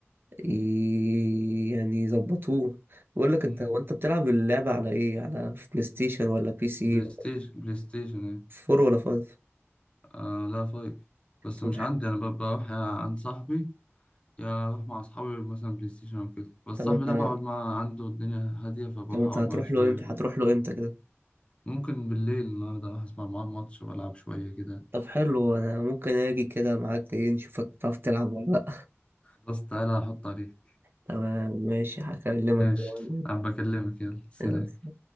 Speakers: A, on the right; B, on the left.
A: ي- يعني يظبطوه بقول لك
B: مم.
A: انت هو انت بتلعب اللعبة على ايه على في بلاي ستيشن ولا بي سي
B: بلاي ستيشن بلاي ستيشن ايه
A: فور ولا فايف
B: آه لا فايف بس
A: طب
B: مش عندي انا ب- بروح يا عند صاحبي يا اروح مع اصحابي مثلا بلاي ستيشن او كده بس
A: طب
B: صاحبي
A: انت
B: ده بقعد معاه عنده الدنيا هاديه فبروح
A: طب انت
B: اقعد
A: هتروح
B: معاه شويه
A: له امتى
B: حلوين
A: هتروح له امتى كده
B: ممكن بالليل النهارده اروح اسمع معاه الماتش والعب شويه كده
A: طب حلو انا ممكن اجي كده معاك ايه نشوفك تعرف تلعب ولا لا
B: خلاص تعالى احط عليك
A: تمام ماشي هكلمك
B: ماشي
A: كده.
B: انا بكلمك يلا سلام
A: يلا.